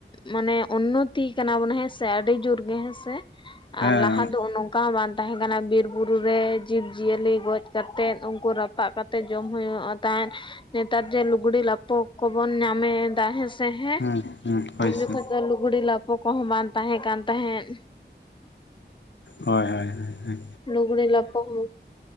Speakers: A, on the left (about 25°); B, on the left (about 80°).
A: ᱢᱟᱱᱮ ᱚᱱᱱᱚᱛᱤ ᱠᱟᱱᱟ ᱵᱚᱱ ᱦᱮᱸᱥᱮ ᱟᱹᱰᱤ ᱡᱩᱨ ᱜᱮ ᱦᱮᱸᱥ,
B: ᱦᱮᱸ
A: ᱟᱨ ᱞᱟᱦᱟ ᱫᱚ ᱚ ᱱᱚᱝᱠᱟ ᱵᱟᱝ ᱛᱟᱦᱮᱸ ᱠᱟᱱᱟ ᱵᱤᱨ ᱵᱩᱨᱩ ᱨᱮ, ᱡᱤᱵᱽ ᱡᱤᱭᱟᱹᱞᱤ ᱜᱚᱡ ᱠᱟᱛᱮᱫ ᱩᱱᱠᱩ ᱨᱟᱯᱟᱜ ᱠᱟᱛᱮ ᱡᱚᱢ ᱦᱩᱭᱩᱜᱼᱟ ᱛᱟᱦᱮᱸᱫ, ᱱᱮᱛᱟᱨ ᱡᱮ ᱞᱩᱜᱽᱲᱤ ᱞᱟᱯᱚ ᱠᱚᱵᱚᱱ ᱧᱟᱢ ᱮᱻᱮᱫᱟ ᱦᱮᱸᱥᱮ ᱦᱮᱸ,
B: ᱦᱩᱸ ᱦᱩᱸ ᱦᱳᱭ
A: ᱩᱱ
B: ᱥᱮ
A: ᱡᱚᱠᱷᱚᱡ ᱫᱚ ᱞᱩᱜᱽᱲᱤ ᱞᱟᱯᱚ ᱠᱚᱦᱚᱸ ᱵᱟᱝ ᱛᱟᱦᱮᱸ ᱠᱟᱱ ᱛᱟᱦᱮᱸᱫ᱾
B: ᱦᱳᱭ ᱦᱳᱭ ᱦᱳᱭ, ᱦᱚᱭ᱾
A: ᱞᱩᱜᱽᱲᱤ ᱞᱟᱯᱚ ᱦᱚᱸ᱾